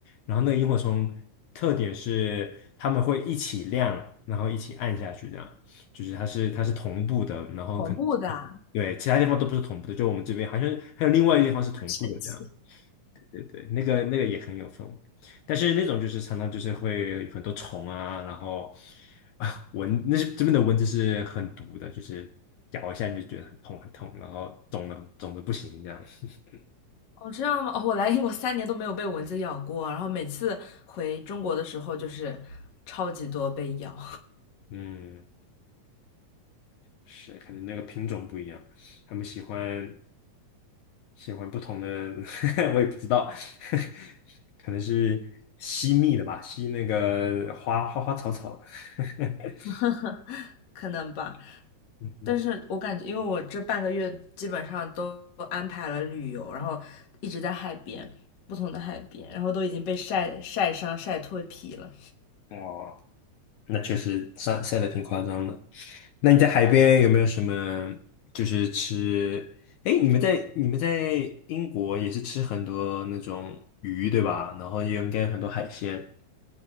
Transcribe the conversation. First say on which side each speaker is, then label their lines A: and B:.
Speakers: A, on the left; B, on the left.
A: 然后那个萤火虫特点是它们会一起亮，然后一起暗下去，这样就是它是它是同步的，然后可能
B: 恐怖的，<laughs>
A: 对其他地方都不是同步的，就我们这边好像还有另外一个地方是同步的这样。
B: 很神奇。
A: 对对，那个那个也很有氛围，但是那种就是常常就是会有很多虫啊，然后啊蚊，那是这边的蚊子是很毒的，就是咬一下你就觉得很痛很痛，然后肿的肿的不行这样。<laughs>
B: 哦，这样吗？哦，我来英国三年都没有被蚊子咬过，然后每次回中国的时候就是超级多被咬，
A: 嗯，是，可能那个品种不一样，他们喜欢喜欢不同的，<laughs> 我也不知道，<laughs> 可能是吸蜜的吧，吸那个花花花草草。<laughs>
B: <laughs> 可能吧。
A: 嗯
B: 但是我感觉，因为我这半个月基本上都安排了旅游，然后一直在海边，不同的海边，然后都已经被晒晒伤、晒脱皮了。
A: 哼，哇。那确实晒晒的挺夸张的。那你在海边有没有什么就是吃？哎，你们在你们在英国也是吃很多那种鱼对吧？然后也有应该很多海鲜。